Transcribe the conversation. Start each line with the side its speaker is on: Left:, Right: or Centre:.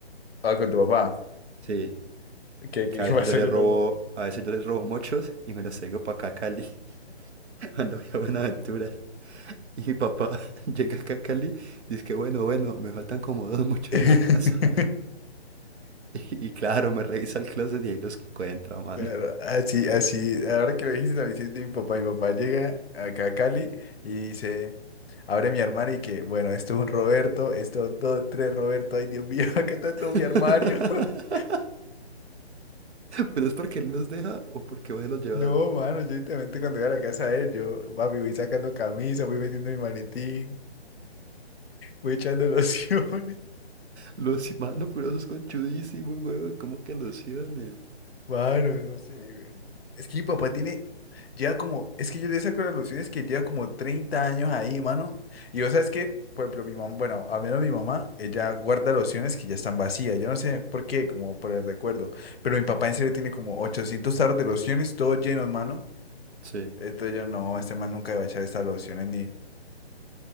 Left: Ah, con tu papá.
Right: sí.
Left: ¿Qué, qué,
Right: que
Left: qué
Right: a veces
Left: pasó
Right: yo le
Left: con
Right: robo,
Left: tu papá?
Right: a veces yo le robo mochos y me los traigo para acá a Cali, <laughs> cuando voy a Buenaventura. Y mi papá <laughs> llega acá a Cali, dice que bueno, bueno, me faltan como dos mochos
Left: <laughs>
Right: en la casa. <laughs> Y, y claro, me revisa el closet y ahí los encuentra, mano.
Left: Claro, así, así, ahora que lo dijiste, la visita de mi papá, mi papá llega acá a Cali y dice, abre mi armario y que, bueno, esto es un Roberto, esto dos, tres Roberto, ay Dios mío, <laughs> acá está
Right: <laughs>
Left: todo mi armario. <laughs>
Right: Pero es porque él los deja o porque vos se los llevas.
Left: No, mano, yo directamente cuando llego a la casa de él, yo, papi, voy sacando camisa, voy metiendo mi maletín, voy echando lociones. <laughs>
Right: Los, mano, pero eso es conchudísimo, huevón, ¿Cómo que lociones?
Left: Mano, no sé, weón. Es que mi papá tiene Lleva como, es que yo le saco las lociones que lleva como 30 años ahí, mano. Y vos sabes que, por ejemplo, mi mamá, bueno, al menos mi mamá, ella guarda lociones que ya están vacías. Yo no sé por qué, como por el recuerdo. Pero mi papá en serio tiene como 800 tarros de lociones, todos llenos, mano.
Right: Sí.
Left: Entonces yo, no, este man nunca va a echar estas lociones ni.